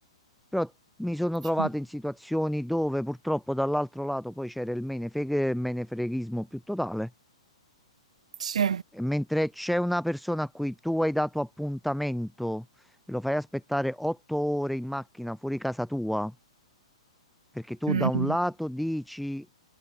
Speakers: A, in the centre; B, on the right.
A: Però mi sono trovato
B: sì,
A: in situazioni dove purtroppo dall'altro lato poi c'era il menefreghe- menefreghismo più totale.
B: sì,
A: E Mentre c'è una persona a cui tu hai dato appuntamento e lo fai aspettare otto ore in macchina fuori casa tua, perché tu
B: Mm,
A: da un lato dici